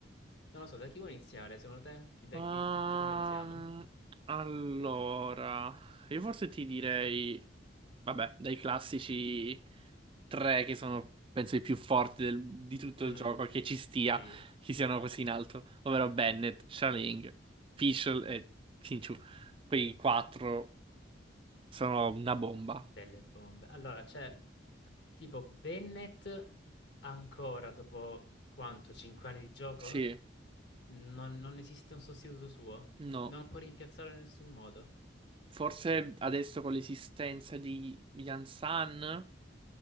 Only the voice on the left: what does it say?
non lo so, da chi vuoi iniziare, secondo te? Chi, da
chi, chi- chi commentiamo?
Mm,
sì.
Delle bombe. Allora, c'è tipo Bennett ancora dopo quanto? 5 anni di gioco?
Non, non esiste un sostituto suo.
Non lo può rimpiazzarlo in nessun modo.